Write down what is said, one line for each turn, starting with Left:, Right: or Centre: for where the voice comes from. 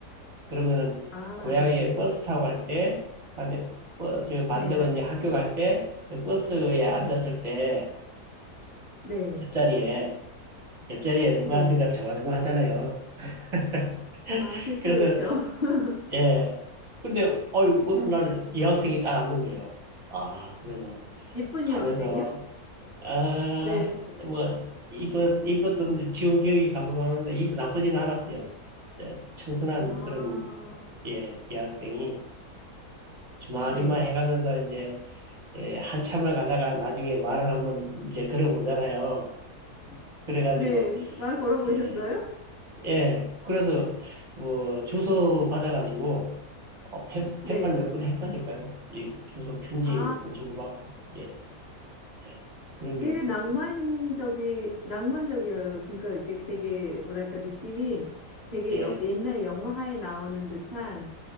Right: 그러면은
Left: 아,
Right: 고향에
Left: 네네.
Right: 버스 타고 갈 때, 그다음에 버, 저 반대로
Left: 네.
Right: 이제 학교 갈 때, 그 버스에 앉았을 때
Left: 네.
Right: 옆자리에 옆자리에 누가
Left: 네.
Right: 앉는가 저가지고 하잖아요. <laughs>
Left: 아, 그쵸,
Right: 그래서
Left: 그쵸. <laughs>
Right: 예. 근데 어유 어느 날 여학생이 딱 앉는 거예요. 아 그래서
Left: 예쁜
Right: 가면서
Left: 여학생이요?
Right: 아
Left: 네.
Right: 뭐 이뻤 이뻤던 지운 기억이 가물가물한데 이- 나쁘진 않았어요. 예, 청순한
Left: 아,
Right: 그런 예 여학생이 주마주마
Left: 네.
Right: 해가면서 이제 예, 한참을 가다가 나중에 말을 한번 이제 걸어보잖아요. 그래가지고,
Left: 네. 말 걸어보셨어요?
Right: 예, 예. 그래서, 어, 주소 받아가지고, 어, 펜,
Left: 네.
Right: 펜팔 몇 번 했다니까요. 이 주소 편지
Left: 아,
Right: 몇 번 주고받고, 예, 예. 그런
Left: 되게
Right: 기억도
Left: 낭만적이,
Right: 있어요.
Left: 낭만적이에요. 그러니까 이렇게 되게, 뭐랄까, 느낌이 되게
Right: 예,
Left: 여- 옛날 영화에 나오는 듯한